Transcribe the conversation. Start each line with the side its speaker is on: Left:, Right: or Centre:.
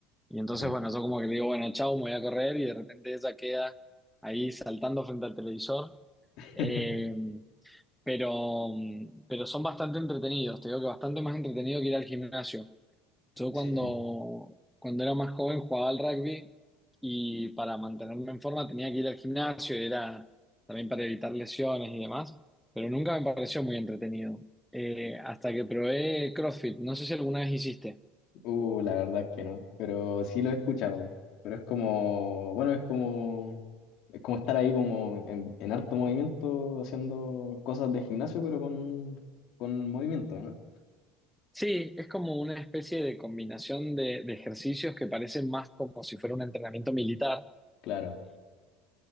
Centre: Y entonces,
Left: Mm.
Centre: bueno, yo como que le digo, bueno, chau, me voy a correr y de repente ella queda ahí saltando frente al televisor.
Left: <laughs>
Centre: Eh, pero, pero son bastante entretenidos, te digo que bastante más entretenido que ir al gimnasio. Yo
Left: Sí.
Centre: cuando, cuando era más joven jugaba al rugby y para mantenerme en forma tenía que ir al gimnasio, y era también para evitar lesiones y demás, pero nunca me pareció muy entretenido. Eh, hasta que probé CrossFit, no sé si alguna vez hiciste.
Left: Uh, la verdad es que no, pero sí lo he escuchado. Pero es como, bueno, es como, es como estar ahí como en, en harto movimiento haciendo cosas de gimnasio, pero con, con movimiento, ¿no?
Centre: Sí, es como una especie de combinación de, de ejercicios que parecen más como si fuera un entrenamiento militar,
Left: Claro.